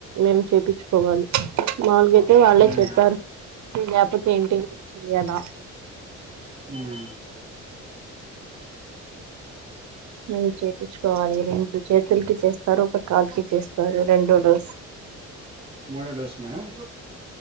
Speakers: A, on the right; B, on the right.
A: మేము చెపిన్‌చుకోవాలి మాములుగాతే వాళ్ళే
B: మ్మ్
A: చెప్పారు న లేకపోతే ఏంటికి వచ్చియాల
B: ఉమ్
A: ఉమ్ చెపిచ్చుకోవాలి రెండు చేతులకి చేస్తారు ఒక కాలుకి చేస్తారు రెండో డోస్
B: ముడు డోస్ మేడమ్